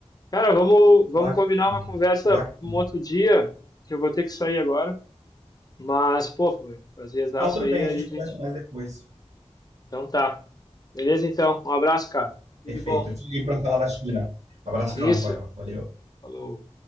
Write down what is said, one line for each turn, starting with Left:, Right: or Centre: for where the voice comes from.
Left: Cara, vamos, vamos
Right: Bacana,
Left: combinar uma conversa
Right: bacana.
Left: um outro dia, que eu vou ter que sair agora. Mas, pô, foi um prazerzaço
Right: Não, tudo
Left: aí,
Right: bem, a
Left: aí,
Right: gente
Left: gente.
Right: conversa mais depois.
Left: Então tá. Beleza, então. Um abraço, cara. Tudo
Right: Perfeito.
Left: de bom.
Right: Eu te ligo para falar da China. Abração,
Left: Isso.
Right: Rafael. Valeu.
Left: Falou.